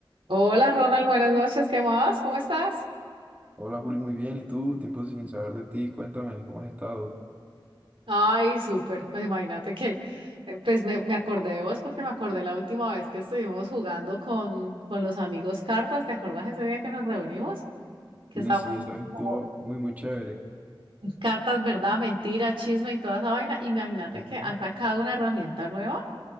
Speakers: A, on the right; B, on the right.
A: Hola Ronald, buenas noches, ¿qué más? ¿Cómo estás?
B: Hola Juli, muy bien. ¿Y tú? Tiempo sin saber de ti. Cuéntame, ¿cómo has estado?
A: Ay, súper, pues imagínate que, eh, pues me, me acordé de vos porque me acordé la última vez que estuvimos jugando con, con los amigos cartas, ¿te acordás ese día que nos reunimos? Que
B: Sí,
A: estábamos
B: sí, esa vez estuvo
A: como
B: muy, muy chévere.
A: cartas, verdad, mentira, chisme y toda esa vaina. Imagínate
B: Ujú.
A: que han sacado una herramienta nueva.